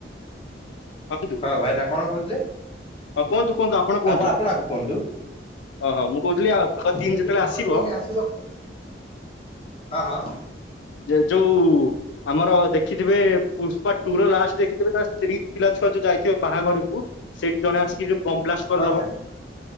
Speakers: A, on the left (about 80°); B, on the left (about 30°).
A: କୁହନ୍ତୁ
B: ହଁ ଭାଇନା କଣ କହୁଥିଲେ
A: କୁହନ୍ତୁ କୁହନ୍ତୁ କୁହନ୍ତୁ
B: ଆପଣ ଆପଣ ଆଗ କୁହନ୍ତୁ?
A: ଓହୋ ମୁଁ କହୁଥିଲି ଆଉ ଭାଗ ତିନି
B: ଯଦି
A: ଯେତେବେଳେ
B: ଭାଗ
A: ଆସିବ
B: ତିନି ଆସିବ ହଁ ହଁ।
A: ଯେ ଯୋଉ ଆମର ଦେଖିଥିବେ ପୁଷ୍ପା ଟୁର ଲାଷ୍ଟ ଦେଖିଥିବେ ତା ସ୍ତ୍ରୀ ପିଲା ଛୁଆ ଯୋଉ ଯାଇଥିବେ ବାହାଘରକୁ ସେଇଠି ଜଣେ ଆସିକି ଯୋଉ ବମ ବ୍ଲାଷ୍ଟ କରିଦବ
B: ହଁ ଭାଇନା।